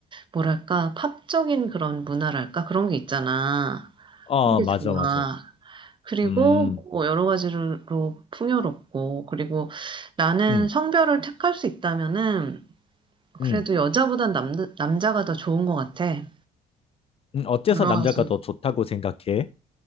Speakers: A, on the right (about 30°); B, on the left (about 35°).
A: 뭐랄까, 팝적인 그런 문화랄까? 그런 게 있잖아.
B: 어,
A: 그런 게
B: 맞아,
A: 좋아.
B: 맞아.
A: 그리고
B: 음,
A: 뭐 여러 가지로 풍요롭고, 그리고 나는
B: 음,
A: 성별을 택할 수 있다면은, 그래도
B: 음,
A: 여자보단 남, 남자가 더 좋은 것 같아.
B: 음, 어째서
A: 여러
B: 남자가
A: 가지.
B: 더 좋다고 생각해?